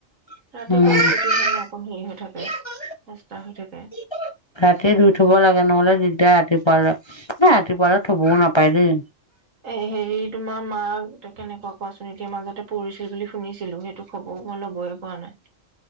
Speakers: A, on the left (about 25°); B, on the right (about 80°).
A: <inaudible> <unintelligible>
B: ৰাতিপুৱালে তেতিয়াহে মোৰ অকণ হেৰি হৈ থাকে সস্তা হৈ থাকে
A: নাপাই দেই।
B: এ হেৰি, তোমাৰ মাক কেনেকুৱা কোৱাচোন এতিয়া মাজতে পৰিছিল বুলি শুনিছিলো সেইটো খবৰ মই লবয়ই পৰা নাই।